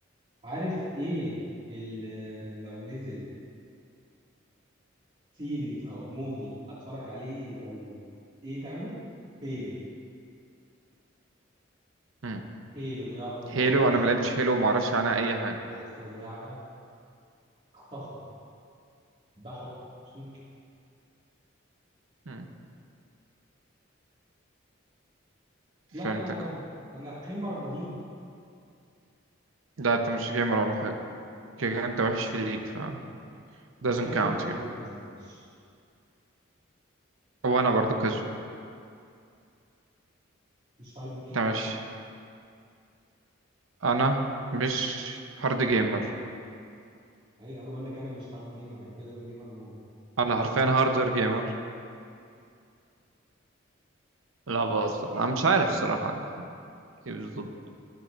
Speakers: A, on the right (about 30°); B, on the right (about 80°).
A: عارف ايه ال- لو نزل سيريز او موفي هتفرج عليه لو ايه تعمله هيلو
B: مم.
A: هيلو يا الله
B: هيلو
A: بعشقه
B: انا ما لعبتش هيلو وما اعرفش عنها اي حاجه
A: بس لعبة اخطفت بحب مش ممكن
B: مم.
A: لا
B: فهمتك
A: انا
B: اه
A: انا قيمر قديم
B: لا انت مش جيمر ولا حاجه كده كده انت وحش في ليك ف doesn't
A: انا كاجوال
B: count
A: جيمر
B: يعني
A: يا اسطى مش
B: وانا برضو كذب
A: مش هارد جيمر
B: انت مش
A: يعني
B: انا مش هارد جيمر
A: اي انا بقول لك انا مش هارد جيمر انا كاجوال جيمر مور
B: انا حرفيا هاردر جيمر لا بهزر انا مش عارف الصراحه انا ايه بالظبط